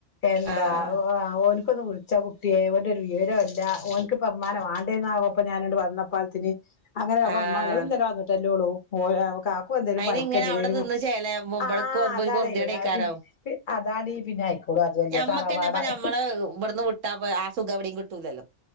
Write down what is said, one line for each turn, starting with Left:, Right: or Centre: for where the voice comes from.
Left: എന്താ
Right: ആഹ്
Left: ഓ ഓന്. ഒന്ന് വിൾച്ചാ കുട്ട്യേ ഓന്റെരു വിവരോല്ല. ഓന്ക്ക് പ്പ മ്മാനെ വാണ്ടേന്നാ ആവോ ഞാന് വന്നപ്പാൾത്തിന്. അങ്ങനെ അപ്പ
Right: ആഹ്
Left: മ്മ ങ്ങള് ഇന്നല വന്നിട്ടല്ലോ ഒള്ളൂ. കാക്കു എന്തേലും
Right: അയിന്
Left: പണിക്കന്തേലും
Right: ഇങ്ങനെ അവിടെ നിന്ന് ചേലാവുമ്പോ ഇബടക്ക്
Left: ആഹ്
Right: വരുമ്പോ
Left: അതാണേ
Right: ഒരു പൊറുതിയേടേക്കാരം
Left: അത് പി പി അതാടി <unintelligible>
Right: ഞമ്മക്കെന്നെ
Left: തറവാടാ
Right: ഇപ്പ മ്മളെ ഇബട്ന്ന് വിട്ടാ പ്പം ആ സുഖം എവിടിം കിട്ടൂലല്ലോ.